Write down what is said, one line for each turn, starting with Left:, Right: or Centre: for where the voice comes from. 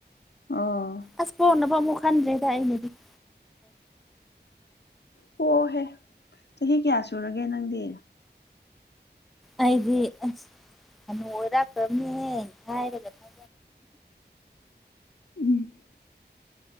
Left: ꯑꯣ
Centre: ꯑꯁ ꯄ‌ꯣꯟꯅꯕ ꯑꯃꯨꯛ ꯈꯟꯗ꯭ꯔꯦꯗ ꯑꯩꯅꯗꯤ <inaudible>
Left: ꯄ‌ꯣꯑꯣꯍꯦ ꯆꯍꯤ ꯀꯌꯥ ꯁꯨꯔꯒꯦ ꯅꯪꯗꯤ
Centre: ꯑꯩꯗꯤ ꯑꯁ ꯑꯃ ꯑꯣꯏꯔꯥꯛꯄꯅꯦ ꯍꯥꯏꯔꯒ ꯐ
Left: ꯎꯝ